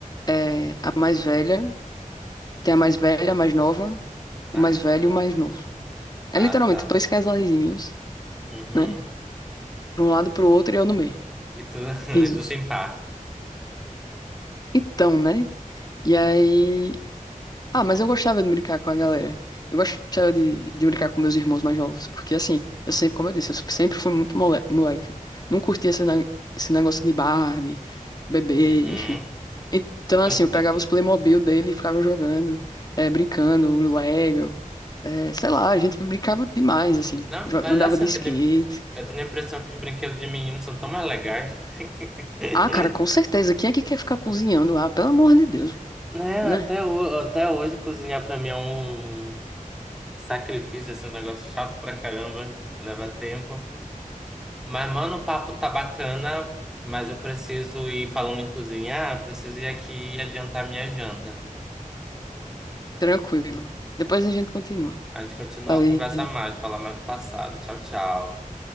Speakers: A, on the left (about 30°); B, in the centre.
A: É a mais velha, tem a mais velha, a mais nova,
B: Ah,
A: o mais velho e o mais novo. É
B: ah,
A: literalmente
B: tá.
A: dois casalzinhos,
B: Uhum.
A: né? De um lado pro outro e eu no meio.
B: E tu, <laughs>
A: Risos.
B: e tu sem par.
A: Então, né? E aí. Ah, mas eu gostava de brincar com a galera. Eu gostava de, de brincar com meus irmãos mais novos. Porque, assim, eu sempre, como eu disse, eu sempre fui muito mole- moleca. Não curtia esse, ne- esse negócio de Barbie, bebê,
B: Uhum.
A: enfim. Então,
B: <laughs>
A: assim, eu pegava os Playmobil dele e ficava jogando, eh, brincando, o Lego. eh, sei lá, a gente brincava demais, assim.
B: Não,
A: Jo-
B: mas
A: Andava
B: é assim,
A: de
B: eu
A: skate.
B: tenho, eu tenho a impressão que os brinquedos de menino são tão mais legais. <laughs>
A: Ah, cara, com certeza. Quem é que quer ficar cozinhando lá? Pelo amor de Deus,
B: Né,
A: né?
B: até, ho- até hoje cozinhar pra mim é um sacrifício, assim, um negócio chato pra caramba, leva tempo. Mas, mano, o papo tá bacana, mas eu preciso ir falando em cozinhar, preciso ir aqui e adiantar minha janta.
A: Tranquilo. Depois a gente continua.
B: A gente continua
A: Falei.
B: a conversa mais, falar mais do passado. Tchau, tchau.